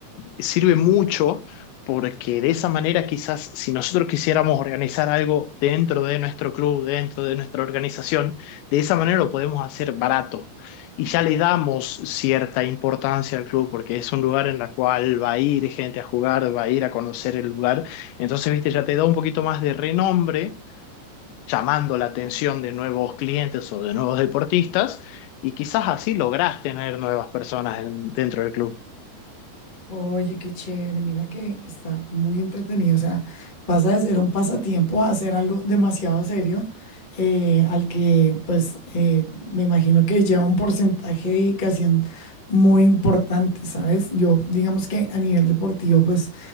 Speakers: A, on the left; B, on the left.
A: sirve mucho porque de esa manera quizás si nosotros quisiéramos organizar algo dentro de nuestro club, dentro de nuestra organización, de esa manera lo podemos hacer barato. Y ya le damos cierta importancia al club porque es un lugar en el cual va a ir gente a jugar, va a ir a conocer el lugar. Entonces, viste, ya te da un poquito más de renombre, llamando la atención de nuevos clientes o de nuevos deportistas, y quizás así lográs tener nuevas personas en- dentro del club.
B: Oye, qué chévere, mira que está muy entretenido, o sea, pasa de ser un pasatiempo a hacer algo demasiado serio, eh, al que pues eh, me imagino que lleva un porcentaje de dedicación muy importante, ¿sabes? Yo digamos que a nivel deportivo, pues